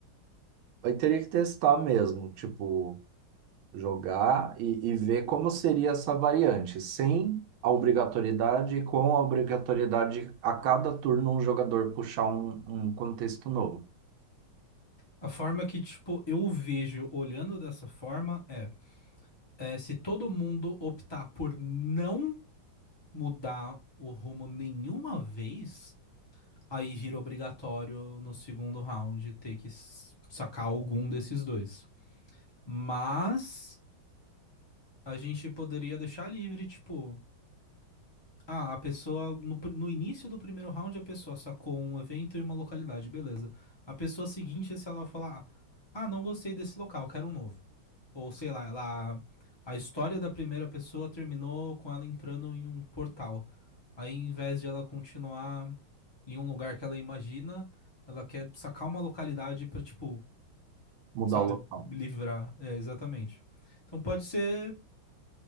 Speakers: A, on the right; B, on the left.
A: Aí teria que testar mesmo, tipo, jogar e, e ver como seria essa variante, sem a obrigatoriedade e com a obrigatoriedade a cada turno um jogador puxar um, um contexto novo,
B: A forma que, tipo, eu vejo olhando dessa forma é, é se todo mundo optar por não mudar o rumo nenhuma vez, aí vira obrigatório no segundo round ter que s- sacar algum desses dois. Mas a gente poderia deixar livre, tipo, Ah, a pessoa, no, pr- no início do primeiro round, a pessoa sacou um evento e uma localidade, beleza. A pessoa seguinte, se ela falar, ah, não gostei desse local, quero um novo. Ou sei lá, ela, a história da primeira pessoa terminou com ela entrando em um portal. Aí, em vez de ela continuar em um lugar que ela imagina, ela quer sacar uma localidade pra, tipo,
A: mudar
B: sabe,
A: o local.
B: livrar. É, exatamente. Então pode ser